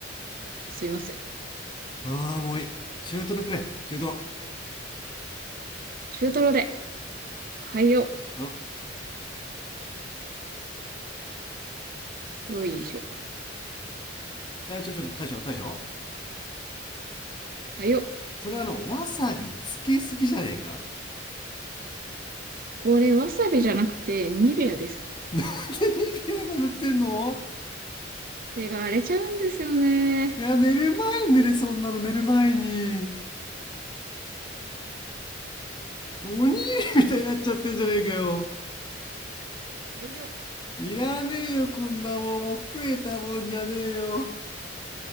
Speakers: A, on the right (about 50°); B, on the left (about 25°).
A: すいません。
B: ああ、もういい。中トロくれ、中トロ。
A: 中トロで。はいよ。
B: うん。
A: よいしょ。
B: え、ちょ、ちょ、ちょ、大将、大将。
A: あよ、
B: それあの、わさびつけすぎじゃねえか
A: これわさびじゃなくてニベアです。
B: <laughs> で、2秒も塗ってんの
A: 手が荒れちゃうんですよね。よ
B: いや、寝る前に塗れ、そんなの寝る前に。
A: いしょ、よいし
B: おにぎりみたいになっちゃってんじゃねえかよ。
A: ょ。はいよ。
B: いらねえよ、こんなもん。もう食えたもんじゃねえよ。